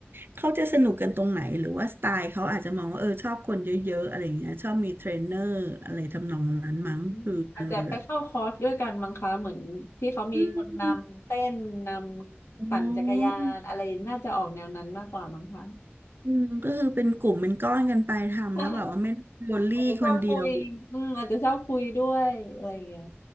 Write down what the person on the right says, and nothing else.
เขาจะสนุกกันตรงไหนหรือว่าสไตล์เขาอาจจะมองว่าเออชอบคนเยอะๆอะไรอย่างเงี้ยชอบมีเทรนเนอร์อะไรทำนองนั้นมั้งคือมันเลยแบบ
อืมอ๋ออืมก็คือเป็นกลุ่มเป็นก้อนกันไปทำแล้วแบบว่าไม่ได้โดนลี่คนเดียว